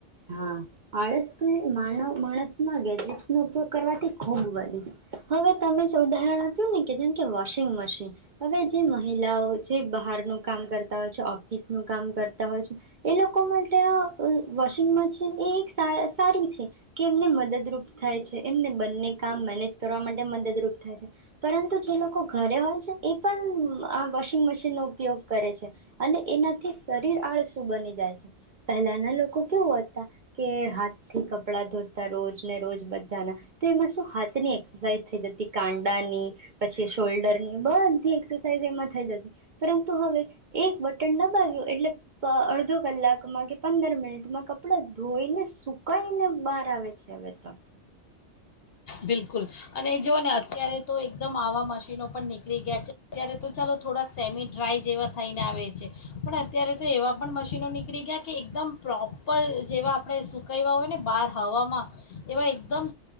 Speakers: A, on the right (about 45°); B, on the left (about 55°).
A: હા. આળસ તો માણ માણસમાં ગેજે નો ઉપયોગ કરવાથી ખૂબ. <inaudible> હવે તમે જે ઉદાહરણ આપ્યું ને કે જેમકે વોશિંગ મશીન હવે જે મહિલાઓ છે બહારનું કામ કરતા હોય છે, ઓફિસ નું કામ કરતા હોય છે એ લોકો મા <unintelligible> <unintelligible> સા-સારું છે કે એમને મદદરૂપ થાય છે. એમને બંને કામ મેનેજ કરવા માટે મદદરૂપ થાય છે પરંતુ જે લોકો ઘરે હોય છે એ પણ આ વોશિંગ મશીનનો ઉપયોગ કરે છે. અને એનાથી સરીર આળસું બની જાય છે. પેહલાના લોકો <unintelligible> કે હાથથી કપડા ધોતા રોજને રોજ બધાના, તેમા સુ હાથની એક્સરસાઇઝ થઈ જતી, કાંડાની પછી શોલ્ડરની, બધી એક્સરસાઇઝ એમાં થઈ જતી પરંતુ હવે એક બટન દબાવ્યું એટલે પ અડધો કલાકમાં કે પંદર મિનિટમાં કપડા ધોઈને સુકાઈને બાર આવે છે અવે તો.
B: બિલકુલ અને જોઓને અત્યારે તો એકદમ આવા મશીનો પણ નીકળી ગ્યા છે અત્યારે તો ચાલો થોડાક સેમી ડ્રાય જેવા થઈને આવે છે પણ અત્યારે તો એવા પણ મશીનો નીકળી ગ્યા કે એકદમ પ્રોપર જેવા આપણે સુકઈવા હોય ને બાર હવામાં એવા એકદમ <inaudible>